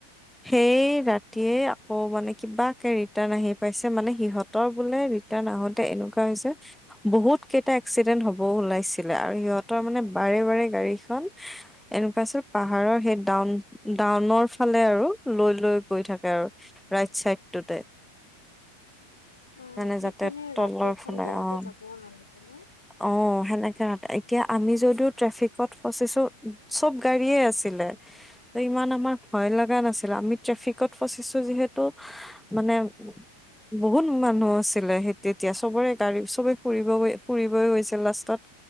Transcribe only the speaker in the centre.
সেই ৰাতিয়ে আকৌ মানে কিবাকে ৰিটাৰ্ণ আহি পাইছে, মানে সিহঁতৰ বোলে ৰিটাৰ্ণ আহোতে এনেকুৱা হৈছে বহুত কেইটা এক্সিডেন্ট হবও ওলাইছে আৰু সিহঁতৰ মানে বাৰে বাৰে গাড়ীখন এনেকুৱা আছিল পাহাৰৰ সেই ডাউন-ডাউনৰ ফালে আৰু লৈ লৈ গৈ থাকে আৰু, ৰাইট চাইডটোতে।
মানে
যাতে তলৰ
ফালে,
অ',
অ', সেনেকে এতিয়া আমি যদিও ট্ৰেফিকত ফচিছো চব গাড়ীয়ে আছিলে, ত ইমান আমাৰ ভয় লগা নাছিল, আমি ট্ৰেফিকত ফচিছো যিহেতু মানে বহুত মান মানুহ আছিলে, সেই তেতিয়া চবৰে গাড়ী চবে ফুৰিবৈ ফুৰিবই গৈছিল লাষ্টত,